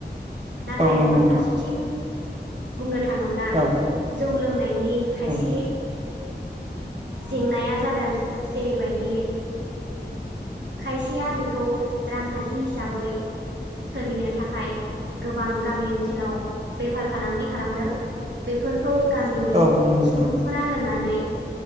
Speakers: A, on the right (about 80°); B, on the right (about 35°).
A: नाथाय
B: औ नंगौ
A: गुबुन
B: नोंथां
A: फारसेथिं बुंनो थाङोब्ला
B: औ
A: जौ लोंनायनि खायसे
B: उम
A: जेंनाया जादों जेरैबायदि खायसेया बेखौ रांखान्थि हिसाबै सोदिनो थाखाय गोबां गामि ओनसोलाव बेफार फालांगि खालामदों बेफोरखौ गामिनि
B: औ नंगौ नोंथां
A: सुबुंफोरा लोंनानै